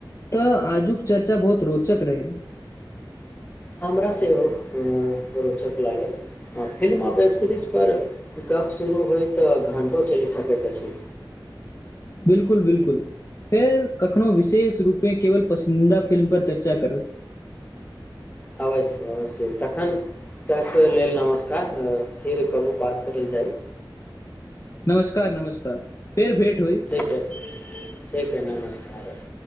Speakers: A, on the left; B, on the left.
A: तऽ आजुक चर्चा बहुत रोचक रह
B: हमरा सेहो अ-अ-अ रोचक लागल आ फिल्म आ वेब सीरीज पर कप शुरू होइ तऽ घण्टो चलि सकैत अछि
A: बिलकुल बिलकुल फेर कखनो विशेष रूपे केवल पसिन्दा फिल्म पर चर्चा करब
B: अवश्य अवश्ये तखन ताके लेल नमस्कार तऽ फेर कहबू बात करल जाइ
A: नमस्कार नमस्कार फेर भेट होइ
B: ठीक है ठीक है नमस्कार अब